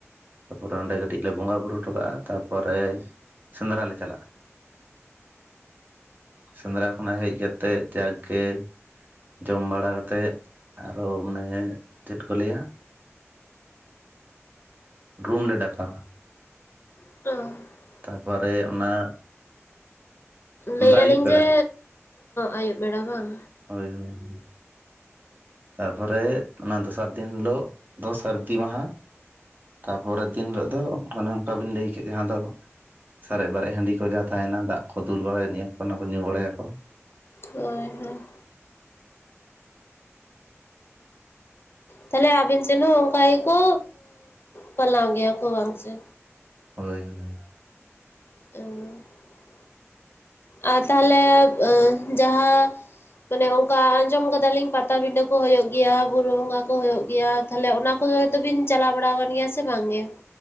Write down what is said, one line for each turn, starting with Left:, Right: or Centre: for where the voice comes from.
Right: ᱛᱟᱯᱚᱨᱮ ᱚᱸᱰᱮ ᱠᱟᱹᱴᱤᱡ ᱞᱮ ᱵᱚᱸᱜᱟ ᱵᱳᱩᱨᱩ ᱦᱚᱴᱚᱠᱟᱜᱼᱟ ᱛᱟᱯᱚᱨᱮ᱾ ᱥᱮᱸᱫᱽᱨᱟ ᱞᱮ ᱪᱟᱞᱟᱜᱼᱟ ᱥᱮᱸᱫᱽᱨᱟ ᱠᱷᱚᱱᱟᱜ ᱦᱮᱡ ᱠᱟᱛᱮᱫ᱾ ᱛᱮ ᱡᱟᱠᱜᱮ᱾ ᱡᱚᱢ ᱵᱟᱲᱟ ᱠᱟᱛᱮᱛ ᱟᱨᱚ ᱢᱟᱱᱮ ᱪᱮᱫ ᱠᱚ ᱞᱟᱹᱭᱟ᱾ ᱨᱩᱢᱞᱮ ᱰᱟᱠᱟᱣᱟ᱾
Left: <unintelligible>
Right: ᱛᱟ ᱯᱚᱨᱮ ᱚᱱᱟ᱾
Left: ᱞᱟᱹᱭᱮᱫᱼᱟ
Right: ᱫᱟ ᱟᱹᱭᱩᱵ
Left: ᱞᱤᱧ
Right: ᱵᱮᱲᱟ
Left: ᱡᱮ ᱟᱹᱭᱩᱵ ᱵᱮᱲᱟ ᱵᱟᱝ᱾
Right: ᱦᱳᱭ ᱦᱳᱭ ᱛᱟᱯᱚᱨᱮ ᱚᱱᱟ ᱫᱚᱥᱟᱨ ᱫᱤᱱ ᱦᱤᱞᱚᱜ ᱫᱚ ᱥᱟᱹᱨᱫᱤ ᱢᱟᱦᱟ᱾ ᱛᱟᱨᱯᱚᱨᱮ ᱫᱤᱱ ᱦᱤᱞᱳᱜ ᱫᱚ ᱚᱱᱮ ᱚᱱᱠᱟ ᱵᱤᱱ ᱞᱟᱹᱭ ᱠᱮᱫᱮᱜ ᱡᱟᱦᱟᱸ ᱫᱚ᱾ ᱥᱟᱨᱮᱡ ᱵᱟᱨᱮᱡ ᱦᱟᱺᱰᱤ ᱠᱚ ᱡᱟᱦᱟᱸ ᱛᱟᱦᱮᱱᱟ ᱫᱟᱜ ᱠᱚ ᱫᱩᱞ ᱵᱟᱲᱟᱭ ᱱᱭᱟ ᱠᱚ ᱚᱱᱟ ᱠᱚ ᱧᱩ ᱵᱟᱲᱟᱭᱟ ᱠᱚ᱾
Left: ᱦᱳᱭ ᱦᱳᱭ ᱛᱟᱦᱚᱞᱮ ᱟᱵᱤᱱ ᱥᱮᱱ ᱦᱚᱸ ᱚᱱᱠᱟ ᱜᱮᱠᱚ ᱯᱟᱞᱟᱣ ᱜᱮᱭᱟ ᱠᱚ ᱵᱟᱝ ᱥᱮ᱾
Right: ᱦᱳᱭ ᱦᱳᱭ
Left: <unintelligible> ᱟᱨ ᱛᱟᱦᱚᱞᱮ ᱡᱟᱦᱟᱸ᱾ ᱢᱟᱱᱮ ᱚᱱᱠᱟ ᱟᱸᱡᱚᱢ ᱠᱟᱫᱟᱞᱤᱧ ᱯᱟᱴᱟᱵᱤᱸᱰᱟᱹ ᱠᱚ ᱦ ᱦᱩᱭᱩᱜᱭᱳ ᱜᱮᱭᱟ ᱵᱩᱨᱩ ᱵᱚᱸᱜᱟ ᱠᱚ ᱦᱳᱭᱳᱜ ᱜᱮᱭᱟ᱾ ᱛᱟᱦᱚᱞᱮ ᱚᱱᱟ ᱠᱚ ᱫᱚᱵᱤᱱ ᱪᱟᱞᱟᱣ ᱵᱟᱲᱟ ᱟᱠᱟᱱ ᱜᱮᱭᱟ ᱥᱮ ᱵᱟᱝᱜᱮ᱾